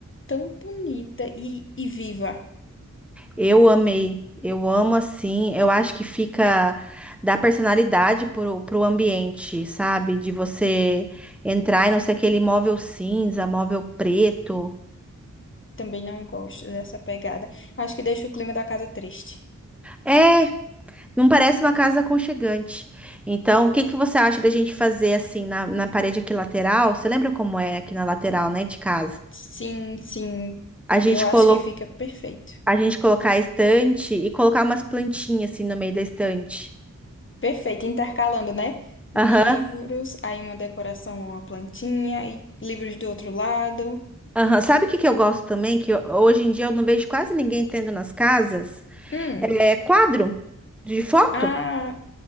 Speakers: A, on the left; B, in the centre.
A: tão bonita e, e viva.
B: Eu amei. Eu amo assim. Eu acho que fica. Dá personalidade pro, pro ambiente, sabe? De você entrar e não ser aquele móvel cinza, móvel preto.
A: Também não gosto dessa pegada. Acho que deixa o clima da casa triste.
B: É. Não parece uma casa aconchegante. Então, o que que você acha da gente fazer assim na, na parede aqui lateral? Você lembra como é aqui na lateral, né, de casa?
A: Sim, sim.
B: A gente
A: Eu acho
B: colo...
A: que fica perfeito.
B: a gente colocar a estante e colocar umas plantinhas assim no meio da estante.
A: Perfeito, intercalando, né? Livros,
B: Aham.
A: aí uma decoração, uma plantinha, e livros do outro lado.
B: Aham. Sabe o que que eu gosto também? Que eu- hoje em dia eu não vejo quase ninguém tendo nas casas?
A: Hum,
B: É quadro de foto.
A: ah,